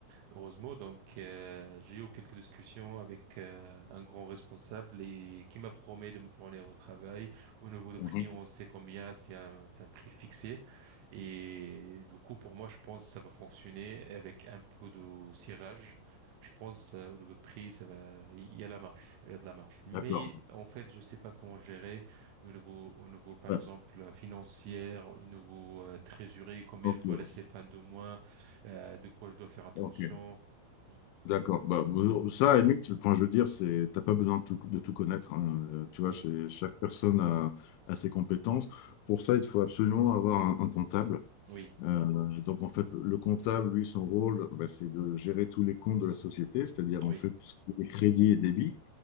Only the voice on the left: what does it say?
Mhm.
D'accord.
Ouais.
Ok.
Ok.
D'accord. Bah, bon, ça, à la limite, enfin, je veux dire, c'est, t'as pas besoin de tout, de tout connaître. hein. Euh, Tu vois,
chez- chaque personne a, a ses compétences. Pour ça, il faut absolument avoir un, un comptable.
Euh, donc, en fait, le comptable, lui, son rôle, bah, c'est de gérer tous les comptes de la société, c'est-à-dire,
en fait, tout ce qui est crédits et débits.